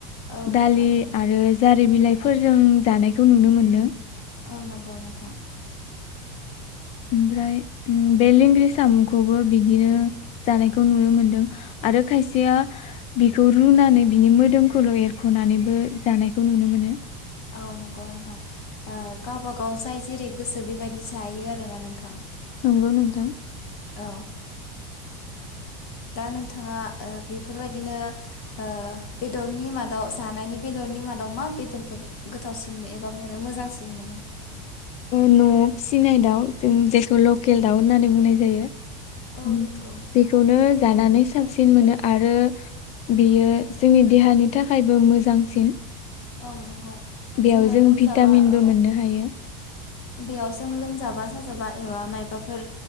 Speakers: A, on the left; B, on the left.
A: औ
B: दालि
A: थारैनो
B: आरो जारि बिलाइ फोरजों जानायखौ नुनो मोनदों
A: औ नंगौ नोंथां।
B: ओमफ्राय बे लेंग्रि सामखौबो बिदिनो जानायखौ नुनो मोनदों आरो खायसेया बिखौ रुनानै बिनि मोदोमखौल एरखनानैबो जानायखौ नुनो मोनो
A: औ नंगौ नोंथां ओ गावबा गाव जाय जेरै गोसो बेबायदि जायो आरोना नोंथां।
B: नंगौ नोंथां।
A: औ दा नोंथाङा बेफोरबायदिनो ओ बेदरनि मादाव जानायनि बेदरनि मादाव मा बेदरखौ गोथावसिनबो एबा मोनो मोजांसिन मोनो।
B: न'आव फिसिनाय दाउ जों जेखौ लकेल दाउ होननानै बुंनाय जायो।
A: औ नंगौ
B: बेखौनो जानानै साबसिन मोनो आरो बेयो जोंनि देहानि थाखायबो मोजांसिन
A: औ नंगौ।
B: बेयाव
A: जोङो
B: जों
A: लोमजाबा
B: भिटामिनबो
A: औ
B: मोननो हायो।
A: बेयाव जों लोमजाबा साजाबा एबा माबाफोर